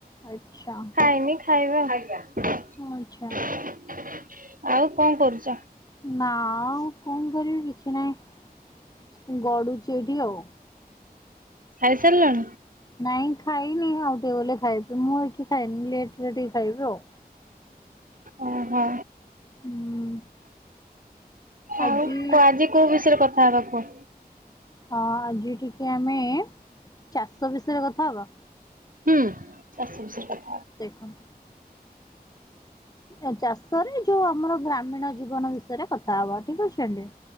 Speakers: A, on the left; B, on the right.
A: ଆଚ୍ଛା
B: ଖାଇନି ଖାଇବା <unintelligible>
A: ଆଚ୍ଛା
B: ଆଉ କଣ କରୁଛ?
A: ନା କଣ କରିବି କିଛି ନାହିଁ ଗଡୁ଼ଚି ଏଇଠି ଆଉ।
B: ଖାଇସାରିଲଣି?
A: ନାଇଁ ଖାଇନି ଆଉ ଟିକେ ଗଲେ ଖାଇବି ମୁଁ ଏଠି ଖାଇନି ଲେଟ୍ ରେ ଟିକେ ଖାଇବି ଆଉ।
B: ଓ ହୋ।
A: ହୁଁ ଆଜି
B: ଆଉ ଆଜି କୋଉ ବିଷୟରେ କଥାହେବା କୁୁହ।
A: ହଁ ଆଜି ଟିକେ ଆମେ ଚାଷ ବିଷୟରେ କଥା ହବା।
B: ହୁଁ <unintelligible>
A: ଦେଖନ୍ତୁ। ଏ ଚାଷରେ ଯୋଉ ଆମର ଗ୍ରାମୀଣ ଜୀବନ ବିଷୟରେ କଥା ହବା ଠିକ୍ ଅଛି ଆଜ୍ଞା।